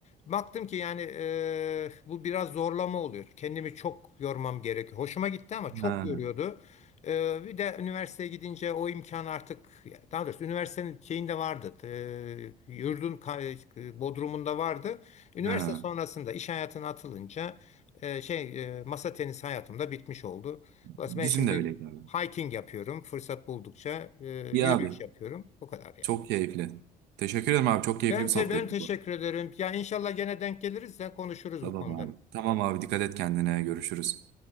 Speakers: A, on the left; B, on the right.
A: baktım ki yani e, bu biraz zorlama oluyor. Kendimi çok yormam gerekiyor. Hoşuma gitti ama çok
B: Ha,
A: yoruyordu. E, bir de üniversiteye gidince o imkan artık daha doğrusu üniversitenin şeyinde vardı. E, yurdun ka- e, bodrumunda vardı. Üniversite
B: ha.
A: sonrasında iş hayatına atılınca e, şey e, masa tenisi hayatımda bitmiş oldu. Dolayısıyla
B: Bizim
A: ben şimdi
B: de öyleydi abi.
A: hiking yapıyorum. Fırsat buldukça e, yürüyüş
B: İyi abi.
A: yapıyorum. O kadar yani.
B: Çok keyifli. Teşekkür ederim abi. Çok keyifli
A: Ben
B: bir sohbetti
A: te ben teşekkür
B: bu.
A: ederim. Ya inşallah gene denk geliriz de konuşuruz
B: Tamam
A: bu konuları.
B: abi. Tamam abi. Dikkat et kendine. Görüşürüz.